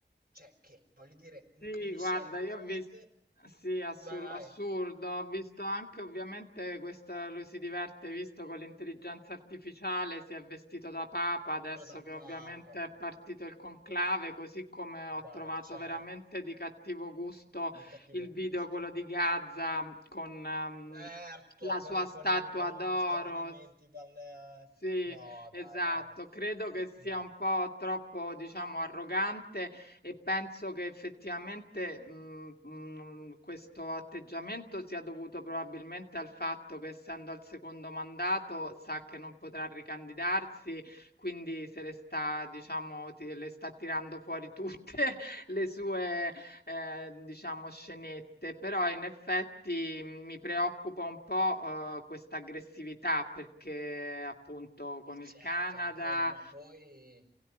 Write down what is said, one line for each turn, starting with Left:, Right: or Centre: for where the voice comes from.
Right: Cioè, che voglio dire, m-
Left: Sì,
Right: mi
Left: guarda,
Right: sembra
Left: io
Right: veramente.
Left: ho visto, sì, assur-
Right: Dai, dai.
Left: assurdo, ho visto anche ovviamente questo, lui si diverte, hai visto con l'intelligenza artificiale, si è vestito da papa, adesso
Right: Quello da
Left: che
Right: papa.
Left: ovviamente è
Right: Ma
Left: partito
Right: che
Left: il conclave,
Right: vergogna.
Left: così come ho
Right: Dai,
Left: trovato
Right: cioè,
Left: veramente di cattivo gusto
Right: di cattivo
Left: il video,
Right: gusto.
Left: quello di Gaza, con ehm,
Right: Certo,
Left: la
Right: con
Left: sua
Right: i,
Left: statua
Right: con i, con gli
Left: d'oro.
Right: stabilimenti balneari.
Left: Sì,
Right: No,
Left: esatto.
Right: dai, guarda.
Left: Credo che sia
Right: No.
Left: un po' troppo, diciamo, arrogante e penso che effettivamente mh, mh, questo atteggiamento sia dovuto probabilmente al fatto che essendo al secondo mandato sa che non potrà ricandidarsi, quindi se le sta, diciamo, ti- le sta tirando fuori tutte <laughs> le sue ehm, diciamo scenette, però in effetti mhmm, mi preoccupa un po', ehm, questa aggressività perché appunto
Right: Ma
Left: con
Right: certo,
Left: il Canada
Right: Rachele, ma poi.